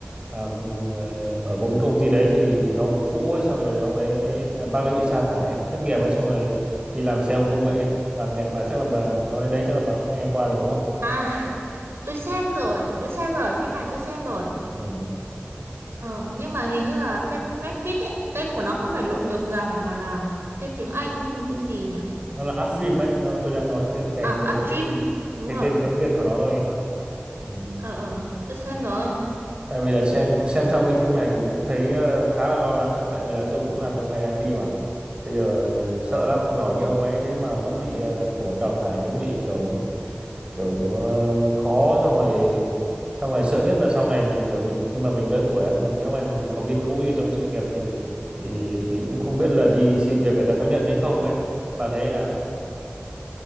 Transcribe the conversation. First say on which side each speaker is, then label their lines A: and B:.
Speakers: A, on the right (about 25°); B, on the right (about 80°).
A: mà ừm, ờ, ở một cái công ty đấy thì thì nó phũ ấy xong rồi ông ấy, ấy ờ, bác ấy bị sa thải ấy, thất nghiệp ấy xong rồi đi làm xe ôm công nghệ ấy. Bà nghe bà chắc là bà nói đến đấy chắc là bà cũng nghe qua rồi đúng không?
B: À, tôi xem rồi, tôi xem rồi, phim này tôi xem rồi.
A: Ừ.
B: Ờ, nhưng mà hình như là trên Netflix ấy, tên của nó không phải lội ngược dòng mà là tên tiếng Anh, tên gì nhỉ?
A: nó là upstream ấy nó tôi đang nói cái cái
B: À,
A: cái
B: Upstream,
A: tên
B: đúng
A: cái
B: rồi.
A: tên tiếng Việt của nó thôi ấy mà ừ.
B: Ờ, ờ, tôi xem rồi.
A: tại vì là xem
B: Phim-
A: xem xong cái phim này thì cũng thấy ờ, khá là lo lắng á tại vì là tôi cũng làm trong ngành IT mà bây giờ sợ lắm giỏi như ông ấy thế mà vẫn bị ờ, kiểu đào thải vẫn bị kiểu kiểu ờ, khó xong rồi xong rồi sợ nhất là sau này mình kiểu mình khi mà mình lớn tuổi á mình nhớ mà mình có biến cố gì trong sự nghiệp thì thì thì cũng không biết là đi xin việc người ta có nhận hay không ấy bà thấy thế nào